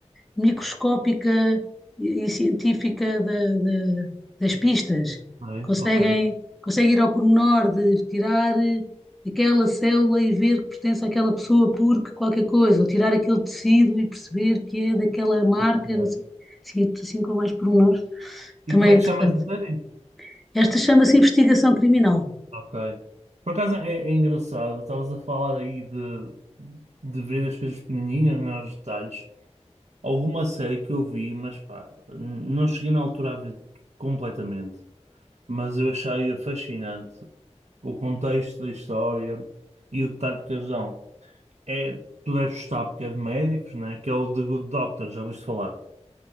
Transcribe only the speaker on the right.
ok,
ok.
Percebi.
E como
é
que chama essa série?
Ok. Por acaso é, é engraçado, estavas a falar aí de, de ver as coisas pequenininhas, né, os detalhes. Houve uma série que eu vi, mas pá, n- não cheguei na altura a ver completamente. Mas eu achei fascinante. o contexto da história e o detalhe de casão. É, tu deves gostar porque é de médicos, né? Que é o The Good Doctor, já ouviste falar?